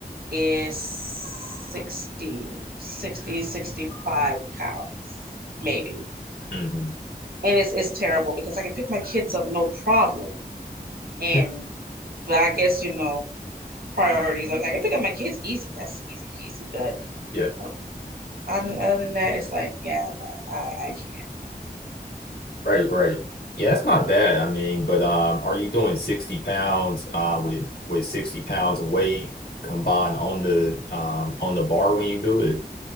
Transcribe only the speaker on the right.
is sixty, sixty, sixty-five 60, cows, maybe.
And it's, it's terrible because I can pick my kids up no problem. And,
but I guess, you know, priorities. Okay, I can pick up my kids easy. That's easy peasy. But
uh, other, other than that, it's like, yeah, no, I, I can't.